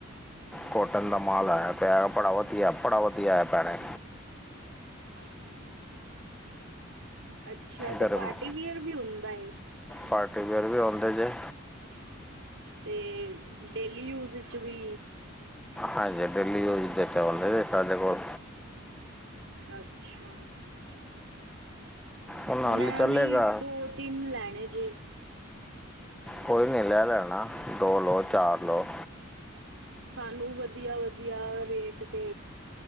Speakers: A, in the centre; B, on the right.
A: ਕੋਟਨ ਦਾ ਮਾਲ ਆਇਆ ਪਇਆ ਬੜਾ ਵਤੀਆ ਬੜਾ ਵ ਵਧੀਆ ਐ ਭੈਣੇ।
B: <unintelligible> ਅੱਛਾ, ਤੇ
A: ਗਰਮ
B: ਪਾਰਟੀਵਿਅਰ ਵੀ ਹੁੰਦਾ ਏ।
A: ਪਾਰਟੀ ਵੇਅਰ ਵੀ ਉਂਦੇ ਜੇ।
B: ਤੇ ਡੇਲੀ ਯੂਜ ਵਿੱਚ ਵੀ।
A: ਹਾਂਜੀ, ਡੇਲੀ ਯੂਜ ਦੇ ਤੇ ਹੁੰਦੇ ਦੇ ਸਾਡੇ ਕੋਲ।
B: ਅੱਛਾ,
A: ਹੁਣ
B: ਮੈਂ
A: ਹਾਲੀ ਚੱਲੇਗਾ
B: ਵੀ ਦੋ ਤਿੰਨ ਲੈਣੇ ਜੇ।
A: ਕੋਈ ਨੀ ਲੈ ਲੈਣਾ ਦੋ ਲੋ, ਚਾਰ ਲੋ।
B: ਸਾਨੂੰ ਵਧੀਆ-ਵਧੀਆ ਰੇਟ ਤੇ